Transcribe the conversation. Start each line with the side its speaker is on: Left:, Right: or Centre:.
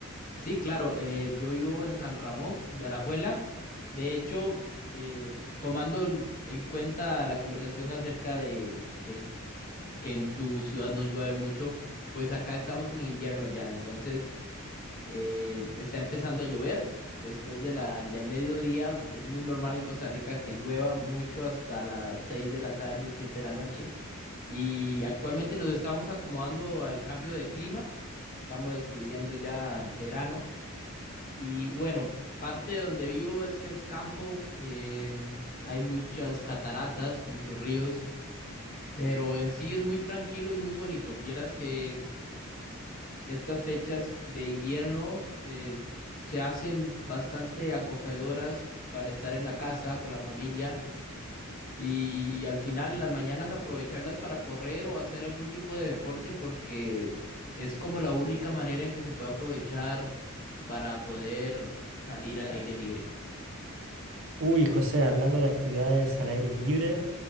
Left: Sí, claro, eh, yo vivo en San Ramón de Alajuela. De hecho, eh, tomando en, en cuenta la conversación acerca de, de que en tu ciudad no llueve mucho, pues acá estamos en invierno ya, entonces eh, está empezando a llover. Después de la, del mediodía, es muy normal en Costa Rica que llueva mucho hasta las 6 de la tarde, 7 de la noche. Y actualmente los estamos acomodando al cambio de clima. Estamos despidiendo ya verano. Y bueno, parte de donde vivo es que es campo. em, hay muchas cataratas, muchos ríos. Pero en sí es muy tranquilo y muy bonito. Vieras que estas fechas de invierno eh, se hacen bastante acogedoras para estar en la casa con la familia y al final en las mañanas aprovecharlas para correr o hacer algún tipo de deporte porque es como la única manera en que se puede aprovechar para poder salir al aire libre.
Right: Uy, José, hablando de actividades al aire libre,